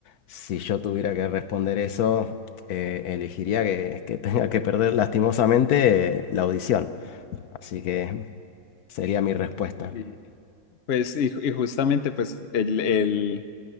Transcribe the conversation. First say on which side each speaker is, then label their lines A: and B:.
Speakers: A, on the left; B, on the left.
A: si yo tuviera que responder eso, eh, elegiría que, que tenga que perder lastimosamente eh, la audición. Así que sería mi respuesta.
B: Y, pues, y, y justamente, pues, el,